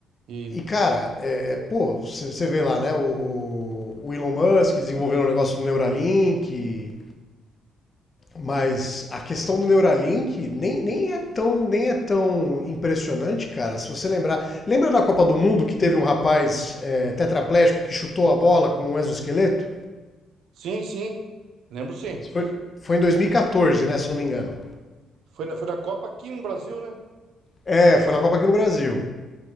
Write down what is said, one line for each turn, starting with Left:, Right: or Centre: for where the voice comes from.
Right: E
Left: e cara, é, é, pô, você vê lá, né, o, o, o Elon Musk desenvolvendo o negócio do Neuralink, Mas a questão do Neuralink nem, nem, é tão, nem é tão impressionante, cara. Se você lembrar. Lembra da Copa do Mundo que teve um rapaz é, tetraplégico que chutou a bola com um exoesqueleto?
Right: sim, sim. Lembro sim.
Left: Isso Foi, foi em 2014, né? Se não me engano.
Right: Foi na, foi na Copa aqui no Brasil, né?
Left: É, foi na Copa aqui no Brasil.